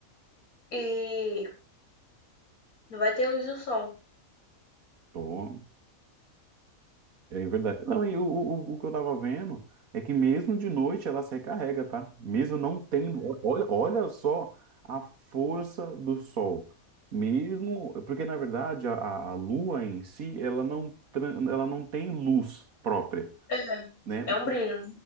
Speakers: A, on the left (about 80°); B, on the right (about 80°).
A: e não vai ter luz do sol.
B: Tô. é, É verdade. Não, e o, o, o que eu tava vendo é que mesmo de noite ela se recarrega, tá? Mesmo não tendo. Olha, olha só a força do sol. Mesmo. Porque, na verdade, a, a a lua em si, ela não, tran- ela não tem luz própria,
A: É,
B: né?
A: é
B: P-
A: um brilho.